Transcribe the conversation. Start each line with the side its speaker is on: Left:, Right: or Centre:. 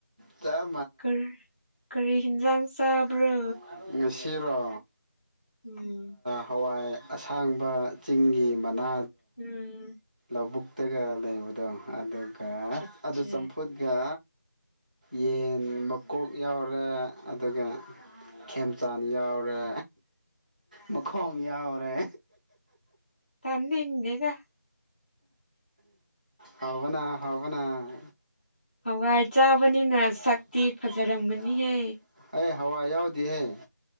Right: ꯆꯞ
Left: ꯀꯔꯤ ꯀꯔꯤ ꯍꯤꯟꯖꯥꯡ ꯆꯥꯕ꯭ꯔꯣ
Right: <unintelligible> ꯁꯤꯔꯣ
Left: ꯎꯝ
Right: ꯍꯋꯥꯏ ꯑꯁꯥꯡꯕ ꯆꯤꯡꯒꯤ ꯃꯅꯥ
Left: ꯎꯝ
Right: ꯀꯕꯨꯛꯇꯒ ꯂꯩꯕꯗꯣ ꯑ ꯀ
Left: ꯆꯠꯆꯥ
Right: ꯑꯗꯨ ꯆꯝꯐꯨꯠꯒ ꯌꯦꯟ ꯃꯀꯣꯛ ꯌꯥꯎꯔꯦ ꯑꯗꯨꯒ ꯈꯦꯝꯆꯥꯟ ꯌꯥꯎꯔꯦ ꯃꯈꯣꯡ ꯌꯥꯎꯔꯦ
Left: ꯇꯥꯅꯤꯡꯗꯦꯗꯥ
Right: ꯍꯥꯎꯕꯥꯅ ꯍꯥꯎꯕꯥꯅ
Left: ꯍꯋꯥꯏ ꯆꯥꯕꯅꯤꯅ ꯁꯛꯇꯤ
Right: <unintelligible>
Left: ꯐꯖꯔꯝꯒꯅꯤꯍꯦ
Right: ꯍꯋꯥꯏ ꯌꯥꯎꯗꯤꯍꯦ